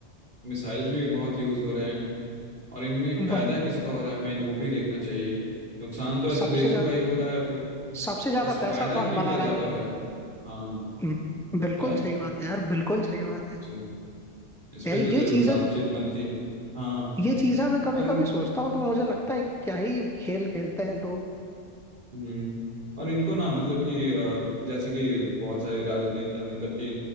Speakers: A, on the right; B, in the centre.
A: मिसाइल्स भी बहुत यूज हो रहे हैं और इनमें फायदा
B: वही
A: किसका हो रहा है मेन वो भी देखना चाहिए नुकसान तो ऐसे
B: सबसे
A: देशों
B: ज्यादा
A: का ही हो रहा है फिर
B: सबसे ज्यादा
A: बस
B: पैसा
A: फायदा
B: कौन
A: कि
B: बना
A: इनका
B: रहा
A: ज्यादा
B: है
A: हो रहा है हाँ
B: हम्म, बिल्कुल
A: क्या
B: सही बात है यार बिल्कुल सही बात
A: जो- इस
B: है
A: पे
B: यार,
A: तो
B: ये
A: जरूर
B: चीजें
A: बातचीत बनती है हाँ
B: ये चीजें मैं कभी
A: और इन
B: कभी सोचता हूँ तो मुझे लगता है कि क्या ही खेल खेलते हैं लोग
A: हम्म, और इनको ना मतलब कि अ, जैसे कि बहुत सारे राजनेता मतलब कि